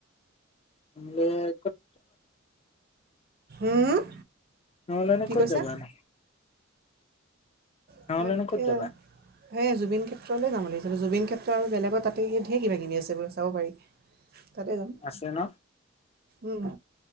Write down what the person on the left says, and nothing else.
ময় কত-
নহলেনো
কত
যাবা নো। নহ'লেনো
ক'ত যাবা
আছে ন